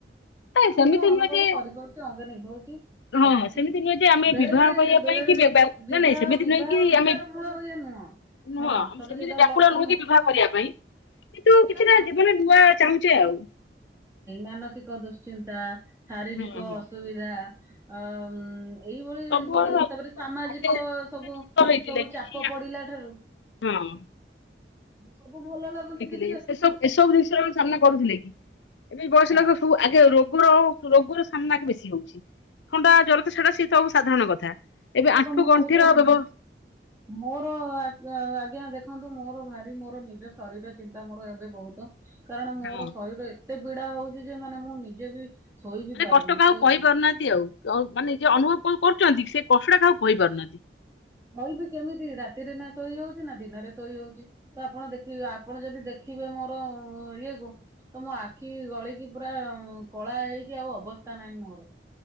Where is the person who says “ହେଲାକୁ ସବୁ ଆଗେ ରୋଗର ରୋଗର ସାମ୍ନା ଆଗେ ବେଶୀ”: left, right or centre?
Left